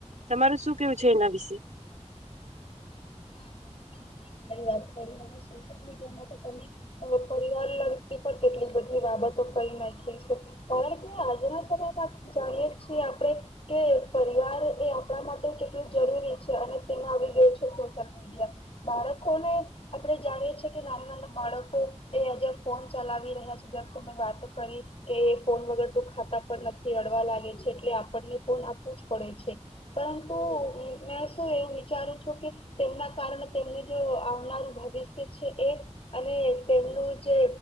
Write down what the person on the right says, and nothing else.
તમારું શું કેવું છે એના વિશે.